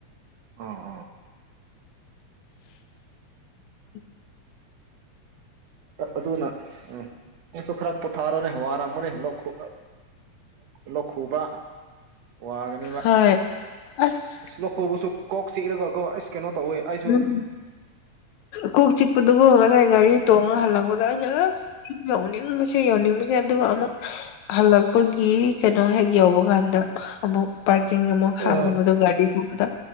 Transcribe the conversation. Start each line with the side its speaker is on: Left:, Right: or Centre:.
Right: ꯑꯥ ꯑꯥ
Left: ꯎ
Right: ꯑꯗꯨꯅ ꯎ ꯅꯁꯨ ꯈꯔ ꯄꯣꯊꯥꯔꯣꯅꯦ ꯋꯥꯔꯝꯒꯅꯤ ꯂꯧꯈ ꯂꯧꯈꯨꯕ ꯋꯥꯒꯅꯦꯕ
Left: ꯍꯣꯏ ꯑꯁ
Right: ꯂꯧꯈꯣꯕꯨꯁꯨ ꯀꯣꯛꯁꯤ ꯏꯔꯒꯀꯣ ꯑꯁ ꯀꯩꯅꯣ ꯇꯧꯋꯦ ꯑꯩꯁꯨ
Left: ꯎꯝ ꯀꯨꯛ ꯆꯤꯛꯄꯗꯒ ꯍꯔ ꯆꯦ ꯒꯥꯔꯤ ꯍꯥꯜꯂꯂꯝꯒꯗ ꯌꯧꯅꯤꯡꯕꯁꯦ ꯌꯧꯅꯤꯡꯕꯁꯦ ꯑꯗꯨꯒ ꯑꯃꯨꯛ ꯍꯜꯂꯛꯄꯒꯤ ꯀꯩꯅꯣ ꯍꯦꯛ ꯌꯧꯕ ꯀꯥꯟꯗ ꯑꯃꯨꯛ ꯄꯥꯔꯀꯤꯡ ꯑꯃꯨꯛ ꯈꯝꯒꯕꯗ
Right: ꯑ
Left: ꯒꯥꯔꯤ ꯇꯣꯡꯕꯗ